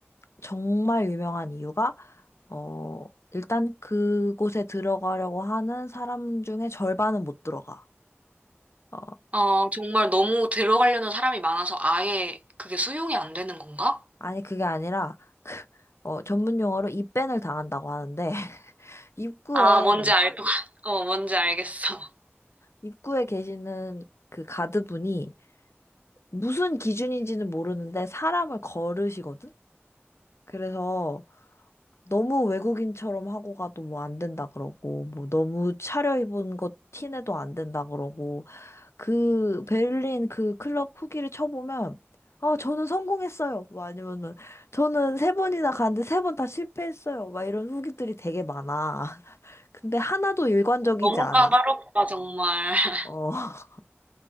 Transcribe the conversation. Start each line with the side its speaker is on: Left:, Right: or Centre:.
Left: 정말 유명한 이유가 어 일단 그곳에 들어가려고 하는 사람 중에 절반은 못 들어가. 어
Right: 아, 정말 너무 들어가려는 사람이 많아서 아예 그게 수용이 안 되는 건가?
Left: 아니 그게 아니라 <laughs> 어 전문 용어로 입밴을 당한다고 하는데 <laughs> 입구에
Right: 아, 뭔지 알 것, 같- 어, 뭔지 알겠어. <laughs>
Left: 입구에 계시는 그 가드분이 무슨 기준인지는 모르는데 사람을 거르시거든? 그래서 너무 외국인처럼 하고 가도 뭐 안 된다 그러고, 뭐 너무 차려입은 것 티내도 안 된다 그러고, 그 베를린 그 클럽 후기를 쳐보면, 아, 저는 성공했어요. 뭐 아니면은, 저는 세 번이나 갔는데 세 번 다 실패했어요. 막 이런 후기들이 되게 많아. <laughs> 근데 하나도 일관적이지
Right: 너무
Left: 않아.
Right: 까다롭다, 정말. <laughs>
Left: 어. <laughs>